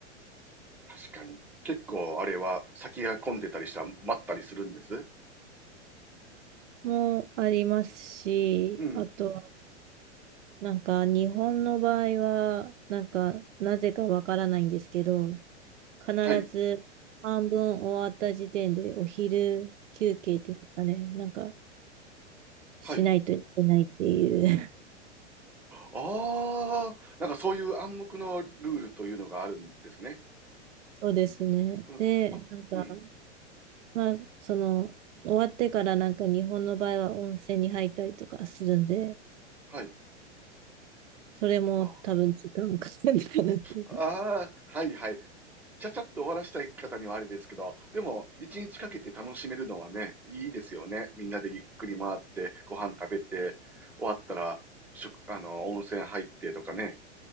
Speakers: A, in the centre; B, on the right.
A: 確かに。結構あれは先が混んでたりしたら待ったりするんです。
B: もありますし、
A: うん、
B: あとなんか日本の場合は、なんかなぜかわからないんですけど、必ず半分終わった時点でお昼休憩っていうかね、
A: はい、
B: なんか
A: はい。
B: しないといけないっていう。<laughs>
A: ああ、なんかそういう暗黙のルールというのがあるんですね。
B: そうですね。
A: うん、
B: で、
A: ま、
B: なんか、
A: うん、
B: まあ、その、終わってからなんか日本の場合は温泉に入ったりとかするんで、
A: はい。
B: それも多分時間かかるのかなっていうで
A: ああ、あーはいはい。ちゃちゃっと終わらしたい方にはあれですけど、でも、一日かけて楽しめるのはね、いいですよね。みんなでゆっくり回って、ご飯食べて、終わったら、食、あの、温泉入ってとかね。